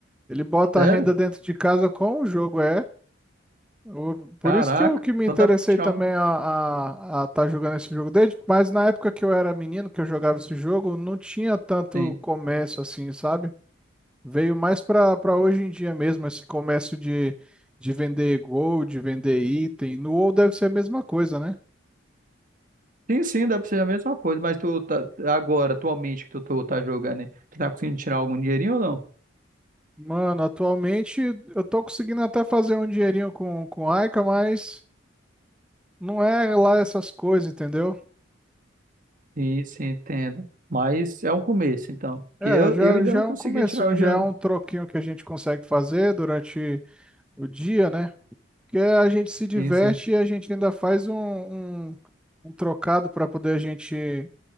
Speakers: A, in the centre; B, on the right.
A: Ele bota
B: Sério?
A: a renda dentro de casa com o jogo, é. O- por
B: Caraca.
A: isso que eu que me
B: Então
A: interessei
B: dá pra tirar
A: também
B: um.
A: a a, a tá jogando esse jogo desde, mas na época que eu era menino, que eu jogava esse jogo, não tinha tanto
B: Sim.
A: comércio assim, sabe? Veio mais para para hoje em dia mesmo, esse comércio de, de vender gold, de vender item. No WoW deve ser a mesma coisa, né?
B: Sim, sim, deve ser a mesma coisa, mas tu tá agora, atualmente que tu, tu tá jogando, aí, tu tá conseguindo tirar algum dinheirinho ou não?
A: Mano, atualmente eu tô conseguindo até fazer um dinheirinho com, com Aika, mas não é lá essas coisas, entendeu?
B: Sim, sim, entendo. Mas é um começo, então. Porque
A: É,
B: eu,
A: já,
B: eu ainda
A: já
B: não
A: é
B: consegui
A: um comecinho,
B: tirar o dinheiro,
A: já é um
B: não.
A: troquinho que a gente consegue fazer durante o dia, né? Porque a gente se diverte
B: Sim, sim.
A: e a gente ainda faz um, um, um trocado para poder a gente